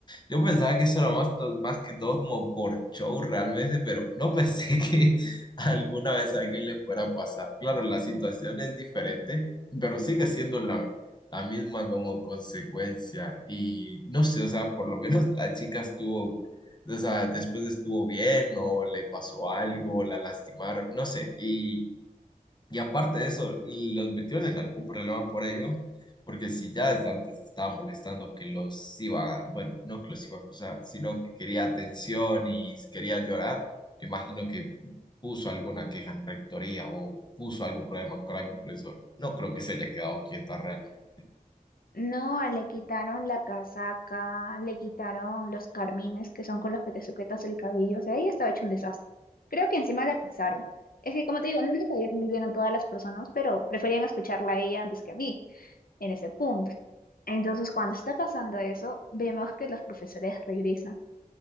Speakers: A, on the left; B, on the left.
A: Yo pensaba que eso era más, to- más que todo como por show realmente, pero no pensé <laughs> que alguna vez a alguien le fuera a pasar. Claro, la situación es diferente, pero sigue siendo la, la misma como consecuencia. Y no sé, o sea, por lo menos la chica estuvo, o sea, después estuvo bien o le pasó algo, la lastimaron, no sé. y y aparte de eso, los metieron en algún problema por ello, porque si ya desde antes estaba molestando que los iba, bueno, no que los iba a acusar, sino que quería atención y quería llorar, imagino que puso alguna queja en rectoría o puso algún problema con algún profesor. No creo que se haya quedado quieta realmente.
B: No, le quitaron la casaca, le quitaron los carmines que son con los que te sujetas el cabello, o sea, ella estaba hecho un desastre. Creo que encima la pisaron. Es que, como te digo, no le caían muy bien a todas las personas, pero preferían escucharla a ella antes que a mí en ese punto. Entonces, cuando está pasando eso, vemos que los profesores regresan.